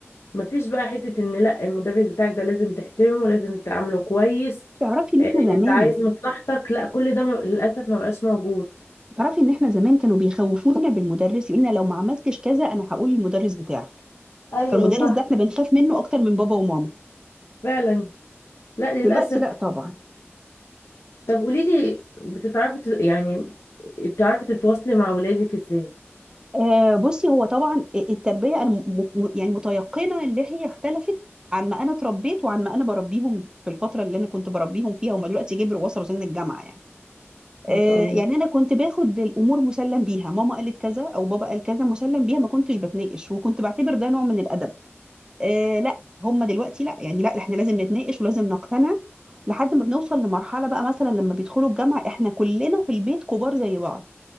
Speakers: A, on the left (about 70°); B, on the right (about 15°).
A: مفيش بقى حتة ان لا المدرس بتاعك ده لازم تحترمه لازم تعامله كويس
B: تعرفي ان
A: آه،
B: احنا
A: انت
B: زمان
A: عايز مصلحتك لا كل ده م- للأسف ما بقاش موجود
B: تعرفي ان احنا زمان كانوا بيخوفونا بالمدرس يقولنا لو ما عملتش كذا انا هقول المدرس بتاعك
A: ايوه
B: فالمدرس
A: صح
B: ده احنا بنخاف منه اكتر من بابا وماما
A: فعلا لا للأسف
B: دلوقتي لا طبعا
A: طب قولي لي بتتعرفي تت- يعني بتعرفي تتواصلي مع ولادك ازاي
B: آه بصي هو طبعا التربيه انا م- م- يعني متيقنه اللي هي اختلفت عن ما انا اتربيت وعن ما انا بربيهم في الفتره اللي انا كنت بربيهم فيها هم دلوقتي كبروا وصلوا سن الجامعه يعني
A: ما
B: آه
A: شاء الله
B: يعني انا كنت باخد الامور مسلم بيها ماما قالت كذا او بابا قال كذا مسلم بيها ما كنتش بتناقش وكنت بعتبر ده نوع من الادب آه لا هم دلوقتي لا يعني لا احنا لازم نتناقش ولازم نقتنع لحد ما بنوصل لمرحله بقى مثلا لما بيدخلوا الجامعه احنا كلنا في البيت كبار زي بعض